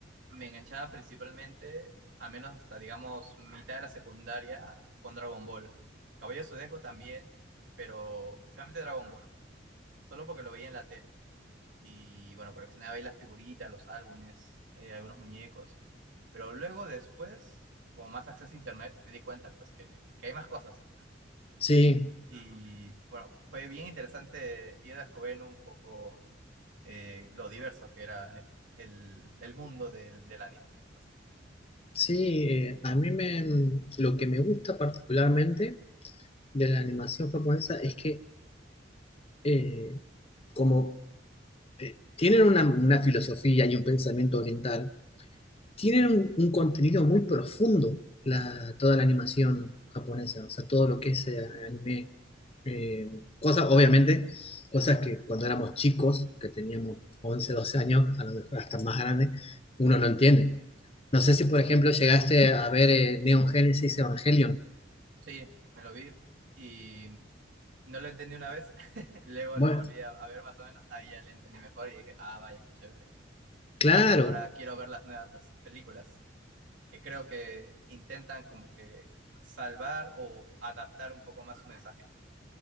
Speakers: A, on the right; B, on the left.
A: me enganchaba principalmente, a menos hasta digamos mitad de la secundaria, con Dragon Ball. Caballero Zodíaco también, pero principalmente Dragon Ball, solo porque lo veía en la tele. Y bueno, coleccionaba ahí las figuritas, los álbumes, eh, algunos muñecos. Pero luego después, con más acceso a internet, me di cuenta pues que, que hay más cosas.
B: Sí,
A: Y bueno, f- fue bien interesante ir descubriendo un poco eh, lo diverso que era eh, el, el mundo del, del anime. O sea,
B: sí, eh, a mí me, lo que me gusta particularmente de la animación japonesa es que eh, como eh, tienen una, una filosofía y un pensamiento oriental, tienen un, un contenido muy profundo la, toda la animación japonesa, o sea, todo lo que es eh, anime, eh, cosas, obviamente, cosas que cuando éramos chicos, que teníamos 11 12 años, a lo mejor hasta más grande, uno no entiende. No sé si, por ejemplo, llegaste a ver eh, Neon Genesis Evangelion.
A: Sí, me lo vi y no lo entendí una vez, <laughs> luego
B: Bueno,
A: lo volví a, a ver más o menos, ahí ya lo entendí mejor y dije, ah, vaya, qué chévere.
B: claro.
A: Y ahora quiero ver las nuevas vers- películas. que creo que intentan como que salvar o adaptar un poco más su mensaje,